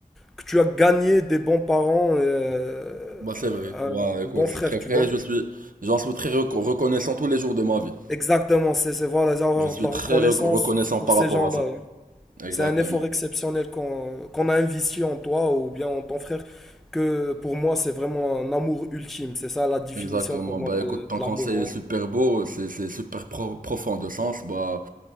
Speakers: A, in the centre; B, on the right.
A: que tu as gagné des bons parents, euh,
B: Bah c'est vrai.
A: un
B: Bah écoute,
A: bon frère,
B: c'est très
A: tu
B: vrai.
A: vois.
B: Je suis, j'en suis très reco- reconnaissant tous les jours de ma vie.
A: Exactement, c'est c'est, voilà, avoir
B: Je suis
A: de la
B: très
A: reconnaissance
B: reco- reconnaissant
A: pour
B: par
A: ces
B: rapport
A: gens-là.
B: à ça. Exactement.
A: C'est un effort exceptionnel qu'on qu'on a investi en toi ou bien en ton frère, que pour moi, c'est vraiment un amour ultime. C'est ça la définition
B: Exactement.
A: pour moi
B: Bah
A: de,
B: écoute, ton
A: de l'amour.
B: conseil
A: en-
B: est super beau, c'est c'est super pro- profond de sens. Bah